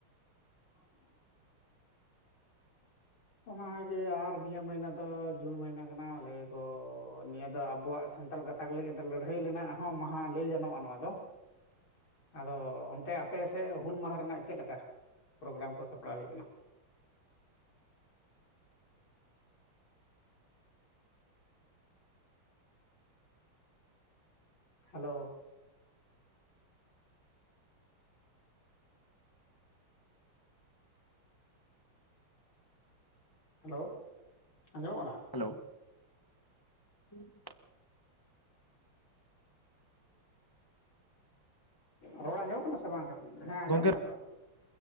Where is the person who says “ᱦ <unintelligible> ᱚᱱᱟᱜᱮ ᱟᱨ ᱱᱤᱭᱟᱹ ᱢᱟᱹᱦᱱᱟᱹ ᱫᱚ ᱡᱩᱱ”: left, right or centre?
Left